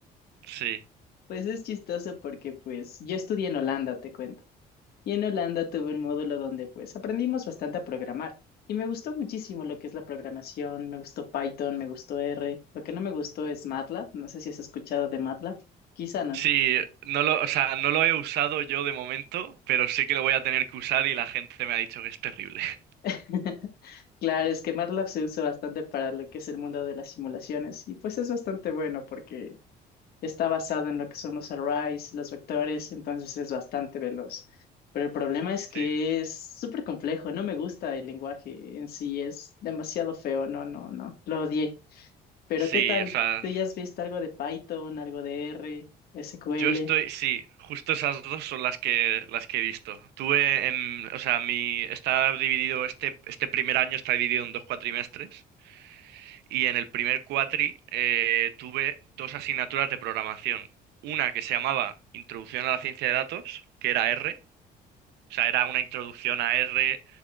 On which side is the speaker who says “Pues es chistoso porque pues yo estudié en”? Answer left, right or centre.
Left